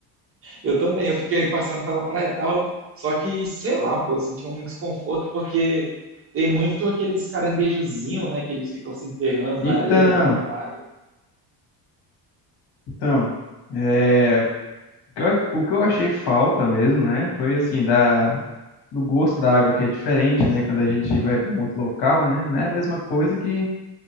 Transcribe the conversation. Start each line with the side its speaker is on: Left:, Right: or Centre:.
Right: Eu também, eu fiquei passando pela praia e tal, só que, sei lá, pô, eu senti um desconforto porque tem muito aqueles caranguejozinhos, né, que eles ficam se enterrando
Left: Então,
Right: na areia da, da água.
Left: então, é, o que eu o que eu achei falta mesmo, né, foi assim, da, do gosto da água que é diferente, né, quando a gente vai para um outro local, né, não é a mesma coisa que,